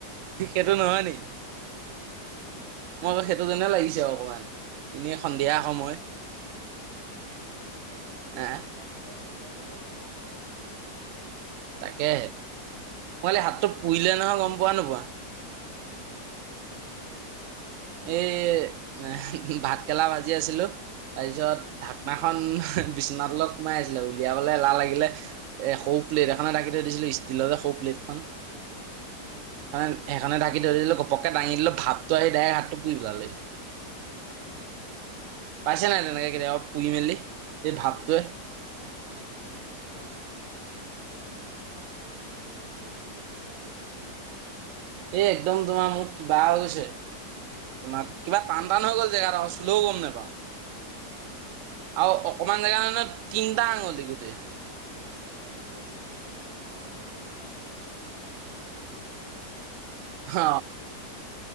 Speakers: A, on the right; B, on the right.
A: সি -সেইটো নহয় নি?
B: উহু-উম।
A: মই আকৌ সেইটো যেনে লাগিছে অকমান
B: নহয়
A: এনেই
B: নহয় সেইটো
A: সন্ধিয়া
B: নহয়
A: সময়।
B: নহয় - নহয় ঠিক নাই হৈ যাব
A: হা
B: পাৰে যোৱা ওলাই - ওলাই গলেহে গম পাও কি হয়?
A: তাকে মইলে
B: যাওঁ
A: হাতটো
B: কিবা
A: পুইলে
B: এটাত
A: নহয় গম পোৱা নোপোৱা।
B: কেনেকে?
A: এই ভাতকেৰেলা ভাজি আছিলোঁ তাৰছত
B: উম
A: মাখন বিছনাৰ তলত সোমাই আছিলে উলিয়াবলৈ এলাহ লাগিলে এ'সৰু প্লেট এখনে ঢাকি থৈ দিছি ষ্টীলৰে শ'প লিফখন।
B: উম উম উম
A: হয় সেইখনে ঢাকি ধৰি দিলো ঘপককে দাঙি দিলো ভাপটো আহি ডাইৰেক হাত পুহিবালে
B: উম
A: পাইছে নাই তেনেকে পুহি মেলি। এই
B: পাইছে
A: ভাপটোৱে
B: পাইছে পাইছে পাইছে পৰা পানী চানী একিব নোৱাৰি বহুত কিবা হৈ যায় হাতটো।
A: এই একদম তোমাৰ মোক কিবা হৈ গৈছে।
B: উম হম
A: তোমাৰ কিবা টান
B: অশান্তি
A: টান হৈ গ'ল
B: লাগে
A: জেগাত
B: বহুত
A: চুলেও গম নেপাও।
B: উম
A: আৰু অকমান জেগা মানে তিনটা আঙুলি গোটেই।
B: আৰু কুকাৰটো পোৱে নাই, কুকাৰটো এনেকে বহাই থবা নহয় এটা চাইডে ভাত বনিই থাকিলে হাতত কুকাৰটো লাগি যায়। <inaudible>
A: হ